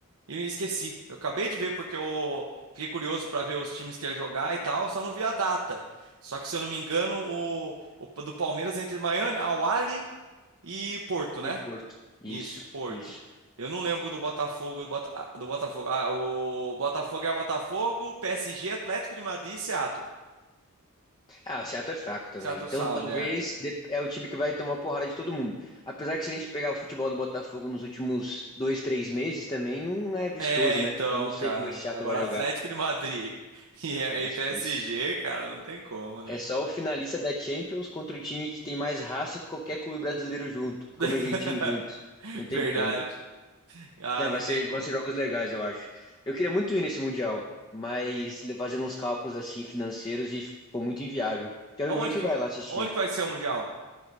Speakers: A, on the right; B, on the left.
A: e eu esqueci. Eu acabei de ver porque eu fiquei curioso pra ver os times que ia jogar e tal, só não vi a data. Só que, se eu não me engano, o, o do Palmeiras é entre Miami, Al Ahly e Porto, né?
B: E Porto. Isso,
A: Isso, e Porto.
B: isso.
A: Eu não lembro do Botafogo, do, Bota- ah, do Botafogo. Ah, o Botafogo é Botafogo, PSG, Atlético de Madrid e Seattle.
B: Ah, o Seattle é fraco também.
A: Seattle
B: Então
A: Sound,
B: talvez
A: é.
B: de- é o time que vai tomar porrada de todo mundo. Apesar que se a gente pegar o futebol do Botafogo nos últimos dois, três meses também, não é vistoso,
A: É, então,
B: né? Eu não sei
A: cara.
B: como esse Seattle
A: Agora
B: vai jogar.
A: Atlético de Madrid <laughs> e, é,
B: Ah,
A: e
B: esquece.
A: PSG, cara, não tem como, né?
B: É só o finalista da Champions contra o time que tem mais raça que qualquer clube brasileiro junto,
A: <laughs>
B: como o argentino junto. Não tem
A: Verdade.
B: como.
A: Ah,
B: Não,
A: não
B: vai ser,
A: tem como.
B: vão ser jogos legais, eu acho. Eu queria muito ir nesse Mundial, mas le- fazendo uns cálculos assim financeiros e ficou muito inviável. Tem amigo
A: Aonde
B: meu que
A: que,
B: vai lá assistir.
A: onde que vai ser o Mundial?